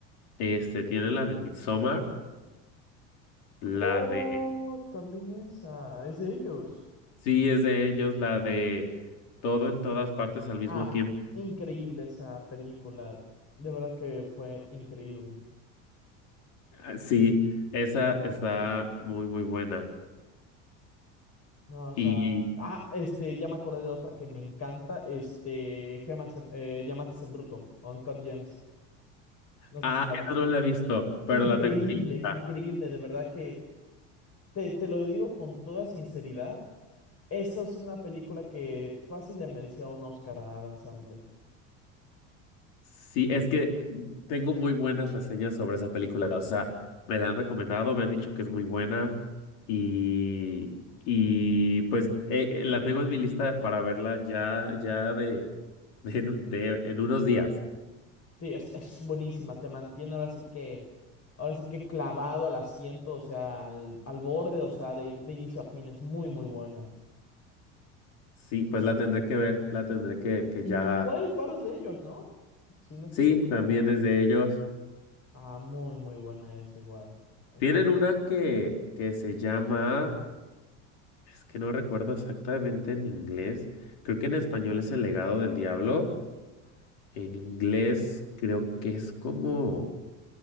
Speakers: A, on the left (about 75°); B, on the left (about 40°).
A: este, tienen la de Midsommar,
B: Oh,
A: la de...
B: también esa, es de ellos.
A: Sí, es de ellos, la de Todo en todas partes al mismo
B: Ah,
A: tiempo.
B: increíble esa película. De verdad que fue increíble.
A: Ah, Sí, esa está muy, muy buena.
B: No, o sea,
A: Y...
B: ah, este, ya me acordé de otra que me encanta, este, Gemas en- eh, Diamantes en Bruto, Uncut Gems. No sé
A: Ah,
B: si la
A: esa
B: viste.
A: no la he visto,
B: Increíble,
A: pero la tengo en mi lista.
B: increíble, de verdad que te, te lo digo con toda sinceridad. Esa es una película que fácil le merecía un Oscar a Adam Sandler.
A: Sí, es que tengo muy buenas reseñas sobre esa película. O sea, me la han recomendado, me han dicho que es muy buena y, y pues eh, eh, la tengo en mi lista para verla ya, ya de, de, en- de- en unos días.
B: Sí, es, es buenísima, te mantiene ahora sí que, ahora sí que clavado al asiento, o sea, al, al borde, o sea, de, de inicio a fin, es muy, muy buena.
A: Sí, pues la tendré que ver, la tendré que, que
B: Y
A: ya.
B: igual el faro es de ellos, ¿no? Si no estoy
A: Sí,
B: recordando
A: también
B: mal.
A: es de ellos.
B: Ah, muy, muy buena esa igual. El
A: Tienen
B: faro.
A: una que, que se llama, es que no recuerdo exactamente en inglés, creo que en español es El legado del diablo. En inglés creo que es como